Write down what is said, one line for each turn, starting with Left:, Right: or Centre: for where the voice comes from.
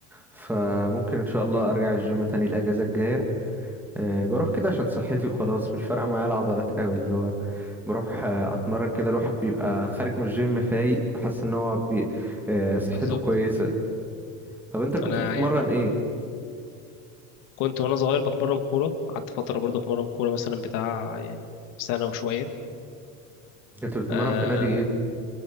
Centre: فممكن ان شاء الله ارجع الجيم تاني الاجازة الجاية أه بروح كده عشان صحتي وخلاص مش فارقة معايا العضلات قوي اللي هو بروح آه، اتمرن كده الواحد بيبقى خارج من الجيم فايق حاسس ان هو بي... آه، صحته
Left: بالظبط
Centre: كويسه طب انت كنت
Left: انا
Centre: بتتمرن
Left: يعني
Centre: ايه
Left: كنت وانا صغير بتمرن كوره قعدت فتره برضو اتمرن كوره مثلا بتاع يعني سنه وشويه
Centre: كنت بتتمرن
Left: آه
Centre: في نادي ايه